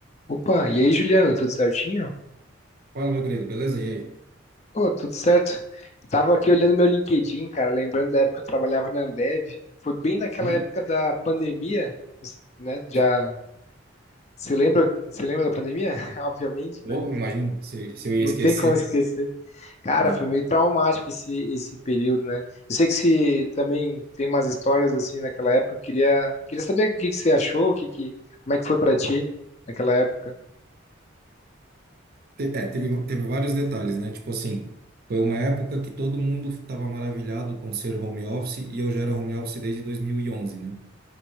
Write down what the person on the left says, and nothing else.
Opa, e aí, Juliana, tudo certinho?
Ô, tudo certo. Eu tava aqui olhando meu LinkedIn, cara, lembrando da época que eu trabalhava na Ambev. Foi bem naquela
época da pandemia, né? Já
você lembra, você lembra da pandemia? <laughs> Obviamente,
né?
Não
tem como esquecer. Cara,
foi meio traumático esse esse período, né? Eu sei que você também tem umas histórias assim naquela época. Eu queria queria saber o que que você achou, o que que como é que foi pra ti naquela época?